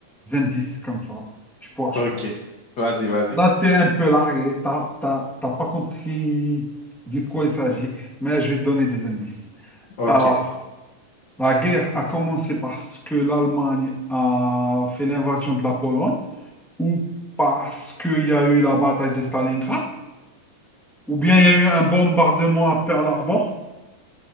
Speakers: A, in the centre; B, on the left (about 80°).
A: indices comme ça. Tu pourras choisir.
B: Ok. Vas-y, vas-y.
A: Là, tu es un peu largué, t'as, t'as, t'as pas compris de quoi il s'agit, mais je vais te donner des indices.
B: Ok.
A: Alors, la guerre a commencé parce que l'Allemagne a fait l'invasion de la Pologne, ou parce qu'il y a eu la bataille de Stalingrad, ou bien il y a eu un bombardement à Pearl Harbor,